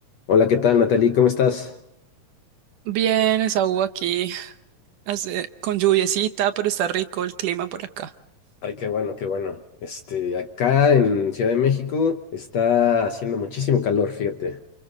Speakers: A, on the left (about 65°); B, on the right (about 70°).
A: Hola, ¿qué tal, Natalie? ¿Cómo estás?
B: Bien, Esaú aquí, hace- con lluviecita, pero está rico el clima por acá.
A: Ay, qué bueno, qué bueno. Este, acá en Ciudad de México está haciendo muchísimo calor, fíjate.